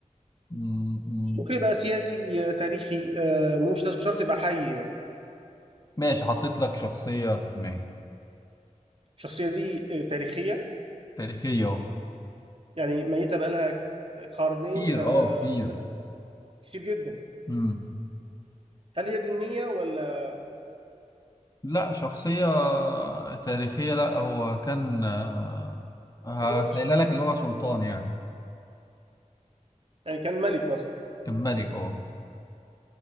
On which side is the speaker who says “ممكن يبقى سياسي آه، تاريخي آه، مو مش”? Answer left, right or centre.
Right